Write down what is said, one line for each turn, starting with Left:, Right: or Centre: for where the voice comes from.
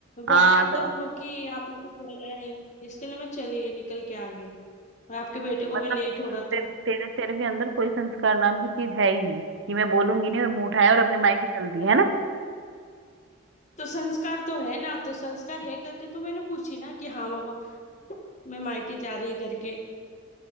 Left: बहुत
Right: हाँ
Left: टाइम
Right: तो
Left: तक रुकी आपने कुछ बोला नहीं इसके लिए मैं चली निकल के आ गई और आपके बेटे को
Right: मतलब
Left: भी लेट हो रहा
Right: तेरे
Left: था
Right: तेरे तेरे के अंदर कोई संस्कार नाम की चीज है ही नहीं कि मैं बोलूंगी नहीं और मुंह उठाया और अपने मायके चल दी है ना
Left: तो संस्कार तो है ना तो संस्कार है करके तो मैंने पूछी ना कि हाँ बाबा मैं मायके जा रही है करके